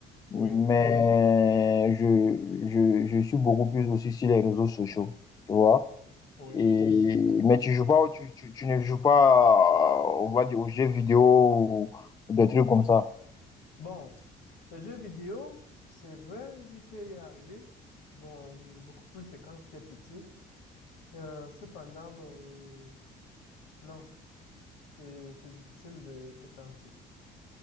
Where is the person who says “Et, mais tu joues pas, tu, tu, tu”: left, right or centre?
Left